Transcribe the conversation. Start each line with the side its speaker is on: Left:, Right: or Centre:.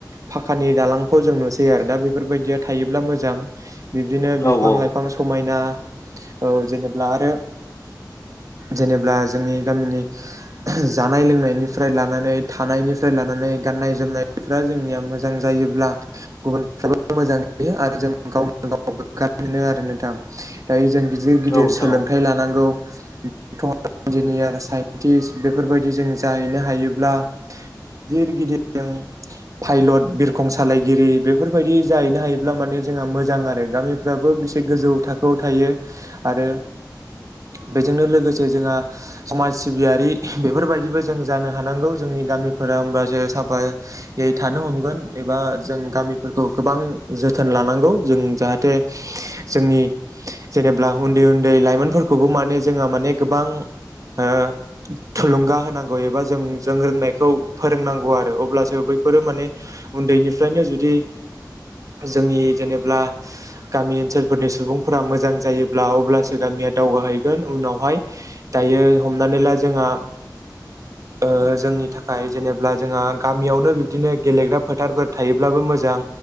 Right: फाखानि दालांखौ जों नुसै आरो दा बेफोरबायदिया थायोब्ला मोजां बिब्दिनो बिफां
Left: औ
Right: लाइ गोबां समायना औ जेनेब्ला आरो जेनेब्ला जोंनि गामिनि जानाय लोंनायनिफ्राय लानानै थानायनिफ्राय लानानै। गाननाय जोमनायफ्रा जोंनिया मोजां जायोब्ला गुबुनफ्राबो मोजां नुयो आरो जों गाव गाव गोग्गानाय मोनो आरो नोंथां दायो जों गिदिर गिदिर
Left: औ नोंथां
Right: सोलोंथाइ
Left: औ
Right: लानांगौ। डक्टर इन्जिनियार साइन्टिस बेफोरबायदि जों जाहैनो हायोब्ला <unintelligible> पाइलट बिरखं सालायगिरि बेफोरबायदि जाहैनो हायोब्ला माने जोंहा मोजां आरो गामि फ्राबो बेसे गोजौ थाखोआव थायो आरो बेजोंनो लोगोसे जोंहा समाज सिबियारि बेफोरबायदिबो जों जानो हानांगौ जोंनि गामिफोरा होमबासो सा फाया यै थानो हमगोन एबा जों गामिफोरखौ गोबां जोथोन लानांगौ जों जाहाथे जोंनि जेनेबा उन्दै उन्दै लाइमोनफोरखौबो माने जोंहा माने गोबां ओ थुलुंगा होनांगौ एबा जों जों रोंनायखौ फोरोंनांगौ आ रो अब्लासो बैफोरो माने उन्दैनिफ्रायनो जुदि जोंनि जेनेब्ला गामि ओनसोलफोरनि सुबुंफोरा मोजां जायोब्ला अब्लासो गामिया दावगाहैगोन उनावहाय दायो हमनानै ला जोंहा ओ जोंनि थाखाय जेनेब्ला जोंहा गामियावनो बिब्दिनो गेलेग्रा फोथारफोर थायोब्लाबो मोजां